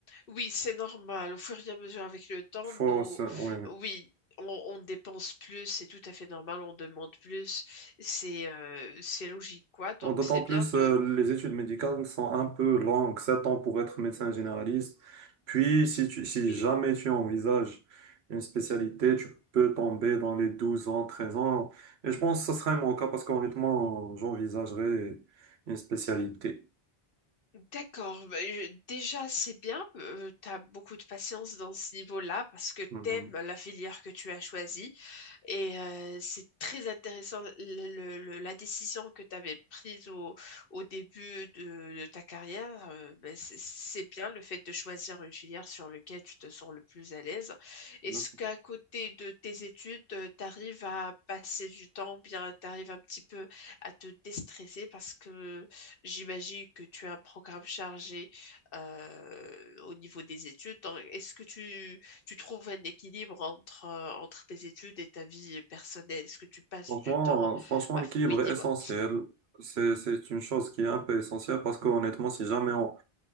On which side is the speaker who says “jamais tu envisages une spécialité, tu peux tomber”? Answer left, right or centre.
Right